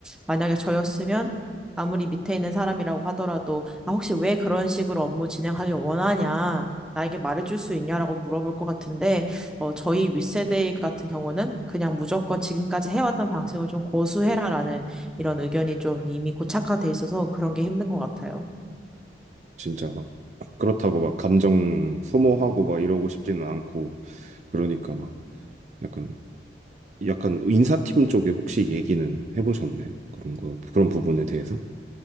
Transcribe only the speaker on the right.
음.
진짜 막 그렇다고 막 감정 소모하고 막 이러고 싶지는 않고 그러니까 막 약간 약간 인사팀 쪽에 혹시 얘기는 해보셨나요? 그런 거 그런 부분에 대해서?